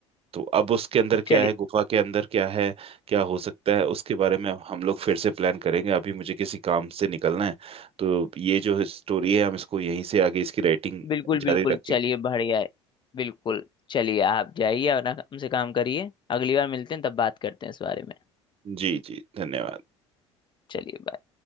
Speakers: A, on the right; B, on the left.
A: तो अब उसके अंदर
B: चलिए
A: क्या है गुफा के अंदर क्या है क्या हो सकता है उसके बारे में हम लोग फिर से प्लान करेंगे अभी मुझे किसी काम से निकलना है तो ये जो स्टोरी है हम इसको यहीं से आगे इसकी राइटिंग
B: बिल्कुल बिल्कुल
A: जारी रखेंगे
B: चलिए बढ़िया है बिल्कुल चलिए आप जाइए अपना हमसे काम करिए अगली बार मिलते हैं तब बात करते हैं इस बारे में
A: जी जी धन्यवाद
B: चलिए बाय